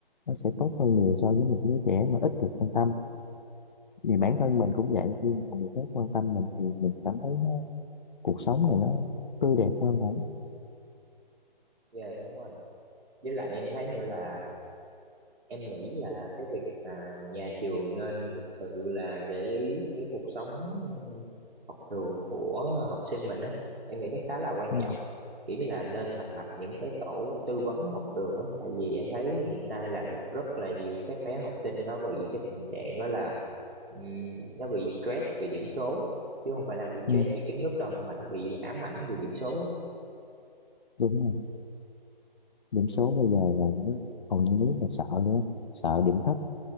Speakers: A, on the left; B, on the right.
A: nó sẽ tốt hơn nhiều so với một đứa trẻ mà ít được quan tâm vì bản thân mình cũng vậy khi một người khác quan tâm mình thì mình cảm thấy nó, cuộc sống này nó tươi đẹp hơn hả
B: dạ đúng rồi với lại em thấy nữa là em nghĩ là cái việc mà nhà trường nên thật sự là để ý cái cuộc sống học đường của học sinh mình á em nghĩ nó khá là quan
A: ừ,
B: trọng kiểu như là nên thành lập những cái tổ tư vấn học đường á tại vì em thấy hiện nay là rất là nhiều các bé học sinh nó bị cái tình trạng đó là ừm, nó bị stress vì điểm số chứ không phải là bị
A: ừ,
B: stress vì kiến thức đâu mà nó bị ám ảnh vì điểm số
A: đúng rồi điểm số bây giờ là nó hầu như nếu là sợ nữa sợ điểm thấp